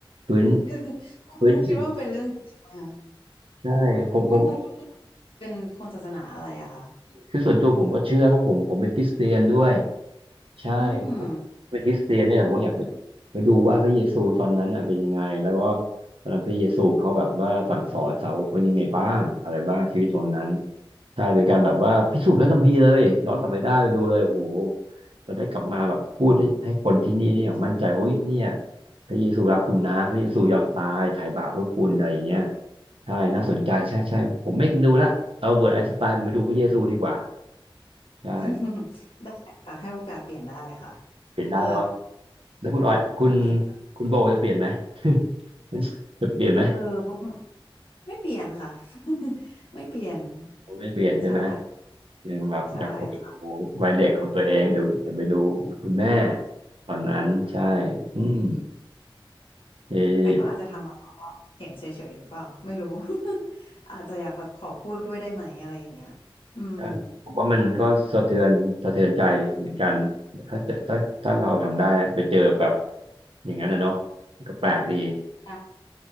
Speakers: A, on the right; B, on the left.
A: ฟื้น
B: <laughs> คุณคุงคิดว่ามันเป็นเรื่องจริงไหมคะ
A: ฟื้นจริงใช่ผมผม
B: คุณคุงเป็นคนศาสนาอะไรอะคะ
A: คือส่วนตัวผมก็เชื่อเพราะผมผมเป็นคริสเตียนด้วย ใช่ผมเป็นคริสเตียนเนี่ยผมก็อยากไป
B: อืม
A: ไปดูว่าพระเยซูตอนนั้นน่ะเป็นยังไงแล้วก็ตอนนั้นพระเยซูเขาแบบว่าสั่งสอนสาวกเขายังไงบ้างอะไรบ้างชีวิตตอนนั้นใช่เป็นการแบบว่าพิสูจน์พระคัมภีร์เลยย้อนกลับไปได้ไปดูเลยโอ้โหเราได้กลับมาแบบพูดให้ให้คนที่นี่เนี่ยมั่นใจว่าเฮ้ยเนี่ยพระเยซูรักคุณนะพระเยซูยอมตายไถ่บาปเพื่อคุณอะไรอย่างเงี้ยใช่น่าสนใจใช่ใช่ผมไม่ดูละเอาเบิร์ตไอน์สไตน์ผมไปดูพระเยซูดีกว่าใช่
B: <laughs> ได้ค่ะให้โอกาสเปลี่ยนได้ค่ะ
A: เปลี่ยนได้เนาะ
B: เออ
A: แล้วคุณออยคุณ
B: เปลี่ยน
A: คุณโบจะเปลี่ยนไหม <laughs> จะเปลี่ยนไหม
B: เออบ่ไม่เปลี่ยนค่ะ <laughs> ไม่เปลี่ยน
A: ผมไม่เปลี่ยนใช่ไหม
B: ใช่
A: ยังแบบอยากกลับไปดู
B: ใช่ค่ะ
A: วัยเด็กของตัวเองเดี๋ยวจะไปดูคุณแม่ตอนนั้นใช่อืมเออ
B: แต่ก็อาจจะทำอะไรบ้างเห็นเฉยๆหรือเปล่าไม่รู้ <laughs> อาจจะอยากแบบขอพูดด้วยได้ไหมอะไรอย่างเงี้ยอืม
A: ใช่ผมว่ามันก็สะเทือนสะเทือนใจเหมือนกันถ้าเจะถ้าถ้าเราทำได้นะไปเจอแบบอย่างนั้นนะเนาะก็แปลกดี
B: อ่ะ